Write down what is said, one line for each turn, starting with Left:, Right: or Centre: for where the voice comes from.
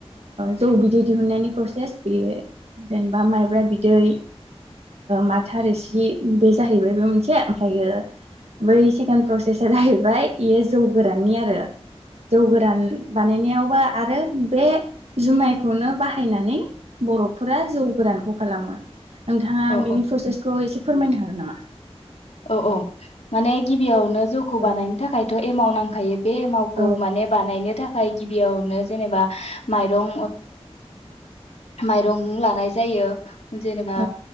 Right: ओ जौ बिदै दिहुननायनि प्रसेस बेयो जेनेबा माइब्रा बिदै माथार रोसि बे जाहैबाय बे मोनसे ओमफ्रायो बै सेकेणड प्रसेसा जाहैबाय ओमफ्राय बेयो जौ गोरानि आरो जौ गोरान बानायनायाव आरो बे जुमायखौनो बाहायनानै बर'फोरा जौ गोरानखौ खालामो नोंथाङा
Left: औ औ
Right: बेनि प्रसेसखौ एसे फोरमायनो हागोन नामा?
Left: औ औ माने गिबियाव जौखौ
Right: नामा?
Left: बानायनो थाखायथ' एमाव नां <inaudible> बे एमावखौ
Right: औ
Left: माने बानायनो थाखाय गिबियावनो जेनेबा माइरं माइरं लानानै नाय जायो जेनेबा
Right: औ